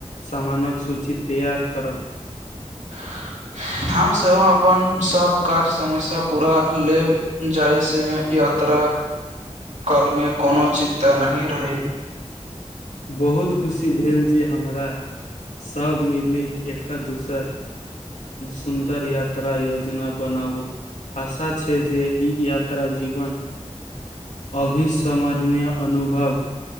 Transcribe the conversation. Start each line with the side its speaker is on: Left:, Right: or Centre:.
Left: सामानक सूची तैयार करब,
Right: <inaudible> हमसभ अपन सभ काज समय से पूरा ले जाय छै य। खतरा कालमे कोनो चिन्ता नहि रहै।
Left: बहुत खुशी भेल जे हमरा, सभ मिलिक एकक दोसर। सुन्दर यात्रा योजना बनाउ, आशा छै जे ई यात्रा जीवन, अभिस्मरणय अनुभव